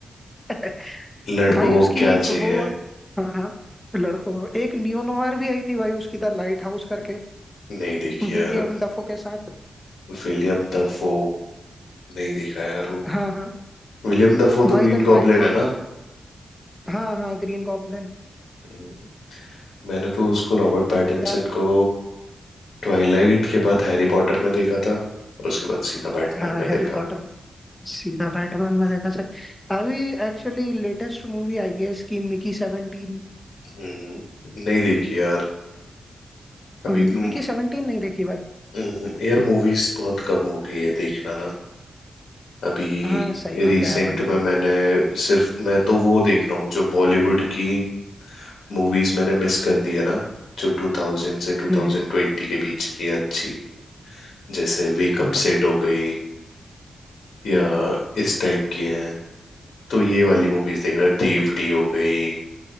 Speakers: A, on the left; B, on the left.
A: <laughs>
B: लड़कों
A: भाई
B: को
A: उसकी
B: क्या चाहिए
A: वो हाँ हाँ लड़कों को। एक नियो नोवार भी आई थी भाई उसकी द लाइट हाउस करके
B: नहीं देखी यार
A: विलियम डफो के साथ
B: विलियम दफो नहीं देखा यार वो
A: हाँ हाँ
B: विलियम दफो
A: भाई
B: तो ग्रीन
A: द लाइट
B: गॉब्लिन
A: हाउस
B: है ना
A: हाँ हाँ ग्रीन गॉब्लिन
B: हम्म। मैंने तो उसको रॉबर्ट पैटिंसन
A: द
B: को ट्वाइलाइट के बाद हैरी पॉटर में देखा था और उसके बाद सीधा बैटमैन
A: हाँ
B: में
A: हैरी
B: देखा
A: पॉटर सीधा बैटमैन में देखा सर अभी एक्चुअली लेटेस्ट मूवी आई है इसकी मिकी 17
B: हम्म नहीं देखी यार अभी
A: मिकी
B: तो-
A: 17 नहीं देखी भाई
B: हम्म, यार मूवीज बहुत कम हो गई है देखना ना अभी
A: हाँ सही बात
B: रिसेंट
A: है यार भाई
B: में मैंने सिर्फ मैं तो वो देख रहा हूँ जो बॉलीवुड की मूवीज मैंने मिस कर दी है ना जो 2000 से 2020
A: हम्म
B: के बीच की है अच्छी जैसे वेकअप
A: हम्म
B: सेट हो गई या
A: हम्म, हम्म।
B: इस टाइप की है तो ये वाली मूवीज देख रहा है देवटी हो गई